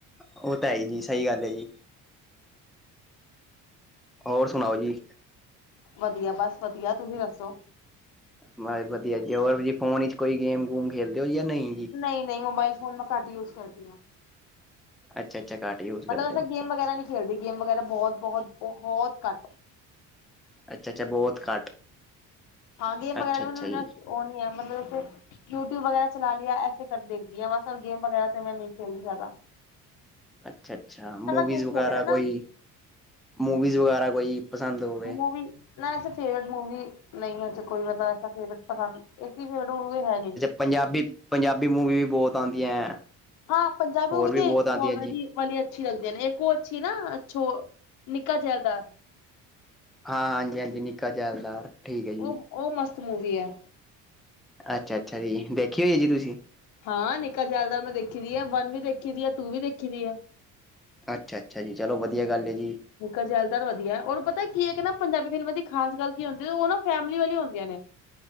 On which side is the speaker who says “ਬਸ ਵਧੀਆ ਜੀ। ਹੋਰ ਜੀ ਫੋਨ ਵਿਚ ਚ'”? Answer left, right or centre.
Centre